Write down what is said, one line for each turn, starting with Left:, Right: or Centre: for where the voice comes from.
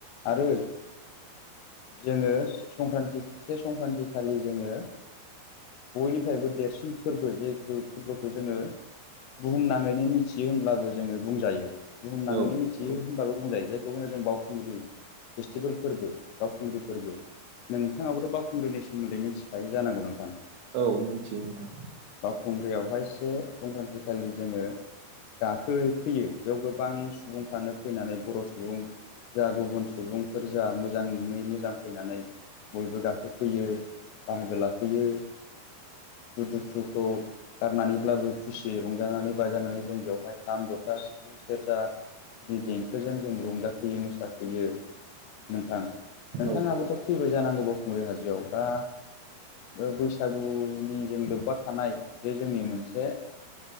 Left: आरो जोङो संक्रान्ति से संक्रान्ति खालि जोङो बयनिफ्रायबो देरसिन फोरबो जे फोरबोखौ जोङो बुहुमनाङैनो मिथियो होनब्लाबो जोङो बुंजायो बुहुमनाङैनो
Right: औ
Left: मिथियो
Right: नंगौ
Left: होनब्लााबबो बुंजायो बेखौनो जों बावखुंग्रि फेस्टिभेल फोरबो बावखुंग्रि फोरबो नोंथाङाबोथ बावखुंग्रिनि सोमोन्दै मिथिखायो जानांगौ नोंथां?
Right: औ नोंथां
Left: बाखुंग्रियाव बेहाय से संक्रान्ति खालि जोङो गाखो फैयो बेयाव गोबां सुबुंफ्रानो फैनानै बर' सुबुं जा गुबुन सुबुंफोर जा मोजाङै मोजां फैनानै बयबो गाखोफैयो बाहागो लाफैयो सुखु दुखुखौ गारनानैब्लाबो खुसियै रंजानानै बाजानानै जों बेवहाय खाम जथा सिफुं सेरजा नि देंखोजों जों रंजाफैयो मोसाफैयो नोंथां नोंथाङाबोथ'
Right: औ
Left: फैबाय जानांगौ बावखुंग्रि हाजोआव दा बे बैसागुनि नि जों लोब्बा थानाय बे जोंनि मोनसे